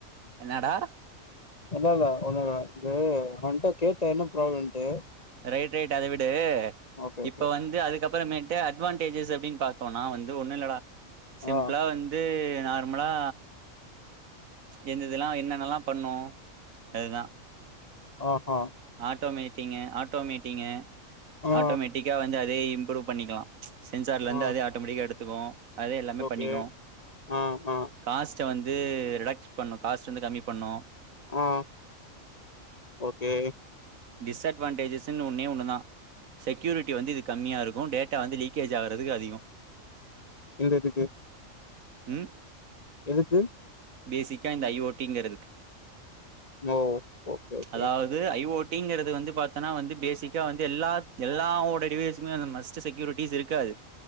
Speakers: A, on the right (about 85°); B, on the left (about 30°).
A: என்னடா
B: இல்ல இல்ல ஒன்னும்ல்ல அது அவன்ட்ட கேட்ட என்ன பிராப்ளம்ன்ட்டு
A: ரைட் ரைட் அத விடு
B: ஓகே ஓகே
A: இப்ப வந்து அதுக்கு அதுக்கப்புறமேட்டு அட்வான்டேஜஸ் அப்படின்னு பாார்த்தோம்னா வந்து ஒன்னும் இல்லடா சிம்பிளா
B: ஆ
A: வந்து நார்மலா எந்த இதெல்லாம் என்னென்னல்லாம் பண்ணோம் அதுதான்
B: ஆஹ்ஹா
A: ஆட்டோமேட்டிங்கு ஆட்டோமேட்டிங்கு
B: ஆ
A: ஆட்டோமேட்டிக்கா வந்து இதே இம்ப்ரூவ் பண்ணிக்கலா சென்சார்லயிருந்து
B: ஆ
A: அதே ஆட்டோமெட்டிக்கா எடுத் துக்கோ அதே எல்லாமே
B: ஓகே
A: பண்ணிக்கோ
B: ஆ ஆ
A: கா ச வந்து ரிடக்ஸ் பண்ணோ காஸ்ட் வந்து கம்மி பண்ணோ
B: ஆஹ் ஓகே
A: டிஸ்அட்வான்டேஜஸ்ஸுன்னு ஒன்னே ஒன்னுதா செக்யூரிட்டி வந்து இது கம்மியாகயிருக்கோ டேட்டா வந்து லீக்கேஜ் ஆகுறதுக்கு அதிகோ
B: இந்த இதுக்கு
A: ம்
B: எதுக்கு
A: பேசிக்கா இந்த ஐ ஓ டீங்குறதுக்கு
B: ஓ ஓகே ஓகே
A: அதாவது ஐ ஓ ஐ ஓ டிங்குறது வந்து பாத்தோன்னா வந்து பேசிக்கா வந்து எல்லா எல்லாவோடைய டிவைஸ்மே மஸ்ட் செக்யூரிட்டிஸ் இருக்காது